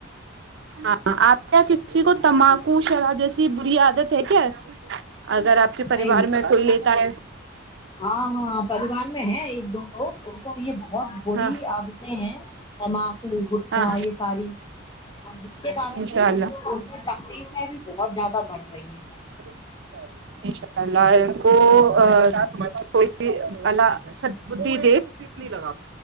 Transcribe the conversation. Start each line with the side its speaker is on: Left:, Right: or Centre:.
Right: ہاں آپ کیا کسی کو تمباکو شراب جیسی بری عادت ہے کیا اگر آپ کے پریوار
Left: نہیں نہیں
Right: میں کوئی لیتا ہے
Left: ہاں ہاں پریوار میں ہے ایک دو لوگ ان کو یہ بہت بری
Right: ہاں
Left: عادتیں ہیں تمباکو گٹکا
Right: ہاں
Left: یہ ساری جس کے کارن
Right: انشاء
Left: وہ
Right: اللہ
Left: ان کی تکلیف میں بھی بہت زیادہ بڑھ رہی ہیں
Right: انشاء اللہ کو تھی دھ س لگا